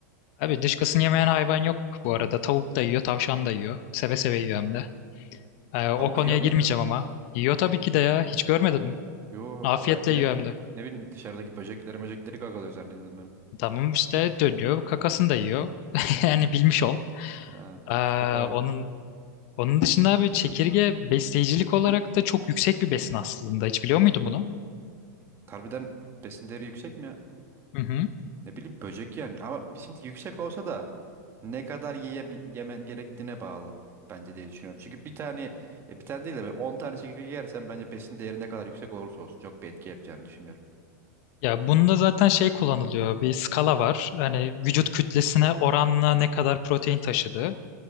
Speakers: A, on the left; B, on the right.
A: Abi dışkısını yemeyen hayvan yok bu arada. Tavuk da yiyor, tavşan da yiyor. Seve seve yiyor hem de. E, o
B: Tavuk
A: konuya
B: yiyor
A: girmeyeceğim
B: mu ya?
A: ama. Yiyor tabii ki de ya. Hiç görmedin mi?
B: Yo.
A: Afiyetle
B: Ya direkt
A: yiyor hem de.
B: ne bileyim dışarıdaki böcekleri möcekleri gagalıyor zannediyordum ben.
A: Tamam işte dönüyor, kakasını da yiyor. <laughs> Yani bilmiş ol.
B: Ha,
A: Aa,
B: o kitle tamamdır.
A: onun onun dışında abi çekirge besleyicilik olarak da çok yüksek bir besin aslında. Hiç biliyor muydun bunu?
B: Harbiden besin değeri yüksek mi ya?
A: Hı hı.
B: Ne bileyim böcek yani. Ama şimdi yüksek olsa da ne kadar yeye, yemen gerektiğine bağlı bence diye düşünüyorum. Çünkü bir tane ya bir tane değil de böyle 10 tane çekirge yersen bence besin değeri ne kadar yüksek olursa olsun çok bir etki yapacağını düşünmüyorum.
A: Ya bunda zaten şey kullanılıyor. Bir skala var. Hani vücut kütlesine oranla ne kadar protein taşıdığı.